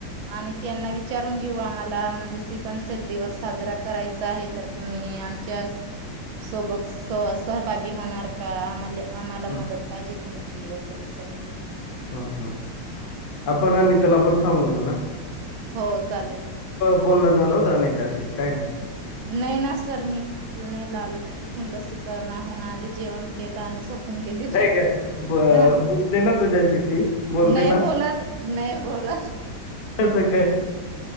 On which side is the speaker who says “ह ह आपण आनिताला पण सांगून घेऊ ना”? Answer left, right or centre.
Left